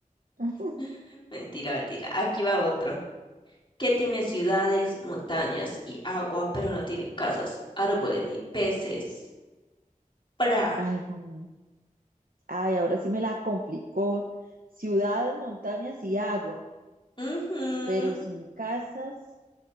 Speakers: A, on the right (about 85°); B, on the left (about 35°).
A: ujú.
B: <laughs> Mentira, mentira. Aquí va otro. ¿Qué tiene ciudades, montañas y agua, pero no tiene casas, árboles ni peces? ¡Pra!
A: Ay, no. Ay, ahora sí me la complicó. Ciudades, montañas y agua,
B: Ujú,
A: pero sin casas,